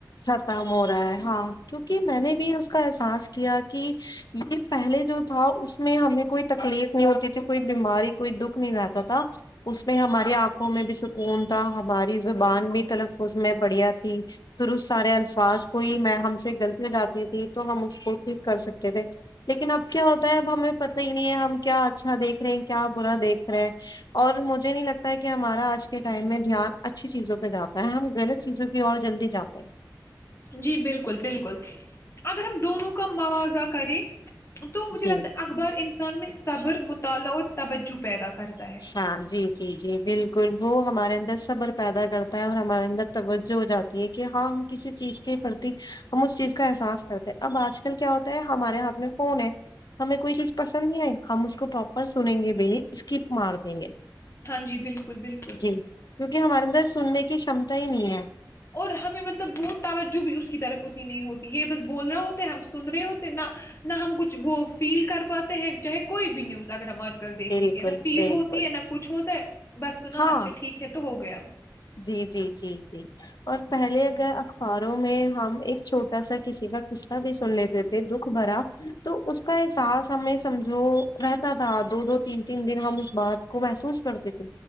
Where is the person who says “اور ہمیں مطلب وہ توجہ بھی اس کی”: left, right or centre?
Left